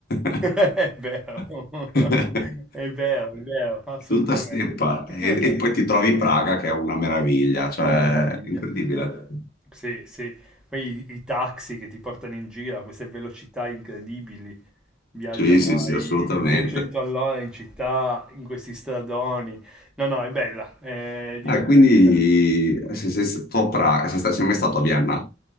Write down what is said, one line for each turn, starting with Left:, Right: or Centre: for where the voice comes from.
Centre: <laughs>
Left: <laughs>
Centre: È vero,
Left: <laughs>
Centre: <laughs> è vero, è vero, assolutamente.
Left: Tutta steppa
Centre: <laughs>
Left: e, e poi ti trovi Praga che è una meraviglia, cioè
Centre: Una meraviglia.
Left: è incredibile.
Centre: Sì, sì. Poi i, i taxi che ti portano in giro a queste velocità incredibili, viaggiano
Left: Sì, sì, sì,
Centre: ai
Left: assolutamente.
Centre: 200 all'ora in città, in questi stradoni. No, no, è bella, è divertente.
Left: Ah, quindi eh, se sei stato a Praga, sei, sta- sei mai stato a Vienna?